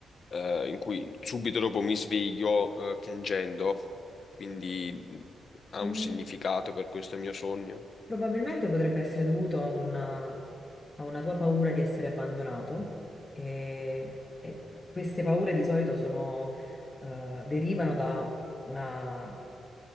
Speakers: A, on the left (about 45°); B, on the left (about 20°).
A: eh, in cui subito dopo mi sveglio eh, piangendo, quindi ha
B: Mm,
A: un significato per questo mio sogno.
B: probabilmente potrebbe essere dovuto a una, a una tua paura di essere abbandonato e, e queste paure di solito sono, eh, derivano da una